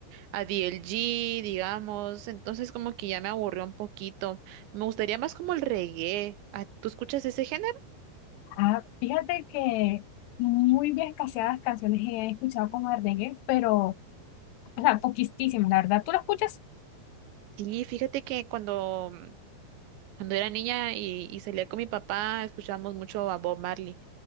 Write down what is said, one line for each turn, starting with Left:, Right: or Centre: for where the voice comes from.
Right: a D L G. digamos, entonces como que ya me aburrió un poquito. Me gustaría más como el reggae. Ah, ¿Tú escuchas ese género?
Left: Ah, fíjate que muy bien escaseadas canciones he escuchado como de reggae, pero, o sea, poquísimas, la verdad. ¿Tú lo escuchas?
Right: Sí, fíjate que cuando, mm, cuando era niña y, y salía con mi papá, escuchábamos mucho a Bob Marley.